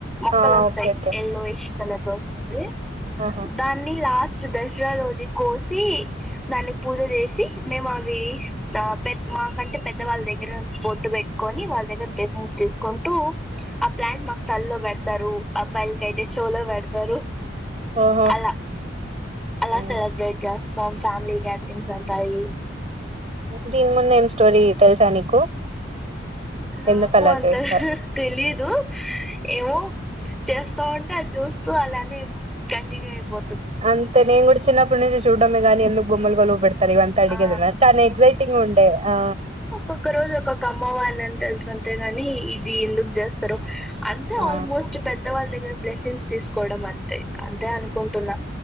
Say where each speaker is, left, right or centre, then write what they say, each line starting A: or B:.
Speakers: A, in the centre; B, on the right.
A: మొక్కలోస్తాయి
B: ఆ ఓకే ఓకే
A: ఎయల్లోయిష్ కలర్ లో వస్తుంది
B: ఆహా
A: దాన్ని లాస్ట్ దసరా రోజే కోసి దానికి పూజ చేసి మేము అవి పెద్ద మా కంటే పెద్దవాళ్ళ దగ్గర బొట్టు పెట్టుకొని వాళ్ళ దగ్గర బ్లెస్సింగ్స్ తీసుకుంటూ ఆ ప్లాంట్ మాకు తల్ల్లో పెడతారు అబ్బాయిలకి అయితే షోల్డర్ పెడతారు
B: ఓహో
A: అలా అలా
B: హ్మ్.
A: సెలబ్రేట్ చేస్త సం ఫ్యామిలీ గ్యాదరింగ్స్ ఉంటాయి
B: దీని ముందు ఏం స్టోరీ తెలుసా నీకు
A: నాకు
B: ఎందుకు అలా
A: అంతలా
B: చేస్తారు
A: తెలిదు ఏమో చేస్తావుంటే అది చూస్తూ అలానే కంటిన్యూ అయిపో
B: అంతే నేను కూడా చిన్నప్పటి నుంచి చూడ్మే కానీ ఎందుకు గుమ్మలు గలువ పడుత ఇవంత అడిగది
A: ఆ
B: తాను ఎక్సైటింగ్ ఉండే ఆ
A: ఒక్క రోజు ఒక్కొక్క అమ్మవర్ణన్ని తెల్సాంతే గాని ఇది ఎందుకు జస్ట్ అంతే
B: ఆ
A: ఆల్మోస్ట్ కొంచం పెద్ద వాళ్ళ దగ్గర బ్లెసింగ్స్ తీసుకోవడం అంతే అంతే అనుకుంటున్నా